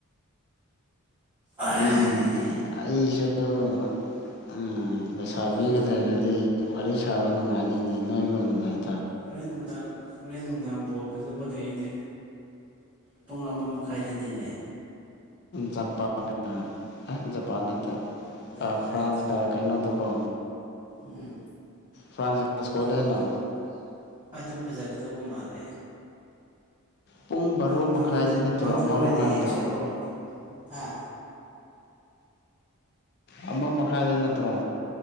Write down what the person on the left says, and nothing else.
ꯝ ꯑꯩꯁꯨ ꯑꯁ ꯁꯥꯕꯤꯒ
ꯂꯩꯔꯗꯤ ꯋꯥꯔꯤ ꯁꯥꯕ ꯅꯨꯡꯉꯥꯏꯗꯨꯣꯏꯅꯤ ꯅꯣꯏꯒ ꯑꯣꯏꯅ ꯂꯩꯇꯦ
ꯖꯄꯥꯟ ꯑꯦ ꯖꯄꯥꯟ ꯅꯠꯇ
ꯑ ꯐ꯭ꯔꯥꯟꯁꯀ
ꯀꯩꯅꯣꯗꯣꯀꯣ
ꯐ꯭ꯔꯥꯟꯁ ꯏꯁꯀꯣꯂꯦꯠꯂꯣ
ꯄꯨꯡ ꯕꯥꯔꯣ
ꯃꯈꯥꯏꯗ
ꯅꯠꯇ꯭ꯔꯣ
ꯑꯃ
ꯃꯈꯥꯏꯗꯅꯣ
ꯑꯃ ꯃꯈꯥꯏꯗ ꯅꯪ ꯇ꯭ꯔꯣ